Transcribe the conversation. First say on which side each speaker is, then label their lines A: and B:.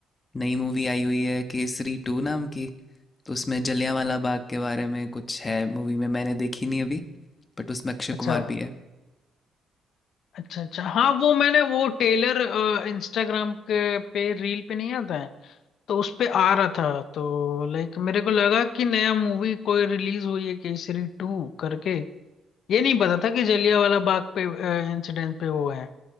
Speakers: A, on the left; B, on the left.
A: नई मूवी आई हुई है केसरी टू नाम की तो उसमें जलियांवाला बाग के बारे में कुछ है मूवी में मैंने देखी नहीं अभी बट उसमें अक्षय
B: अच्छा
A: कुमार भी है
B: अच्छा अच्छा हाँ वो मैंने वो टेलर इंस्टाग्राम के पे रील पे नहीं आता है तो उस पे आ रहा था तो लाइक मेरे को लगा कि नया मूवी कोई रिलीज हुई है केसरी टू करके ये नहीं पता था कि जलियांवाला बाग पे इंसिडेंट पे वो है